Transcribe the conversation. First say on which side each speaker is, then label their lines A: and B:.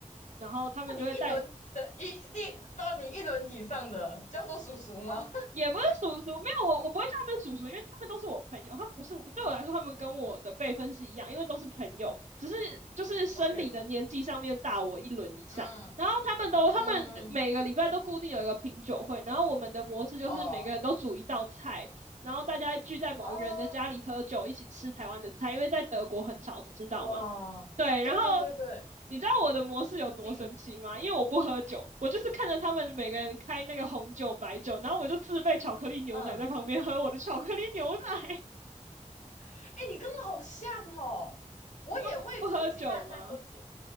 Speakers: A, on the right; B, on the left.
A: 然后他们就会带
B: 那你一轮的一一到你一轮以上的叫做叔叔吗
A: 也不是叔叔，没有我，我不会叫他们叔叔，因为他们都是我朋友，他们不是我对我来说，他们跟我的辈分是一样，因为都是朋友，只是就是生理的年纪上面大我一轮以上。
B: <laughs>？OK，嗯
A: 然后他们都，
B: 嗯，
A: 他们每个礼拜都固定有一个品酒会，然后我们的模式就是每个人都煮一道菜，
B: 哦
A: 然后大家聚在某一个人的家里喝酒，
B: 哦，
A: 一起吃台湾的菜，因为在德国很少吃到嘛。
B: 哇，
A: 对，
B: 对对对对，
A: 然后你知道我的模式有多神奇吗？
B: 进，
A: 因为我不喝酒，我就是看着他们每个人开那个红酒、白酒，然后我就自备巧克力牛奶在旁边喝我的巧克力牛奶。
B: 嗯，
A: <laughs>
B: 哎，你跟我好像哦，我也会，
A: 你说不不喝酒吗？
B: 就是其他人在喝酒，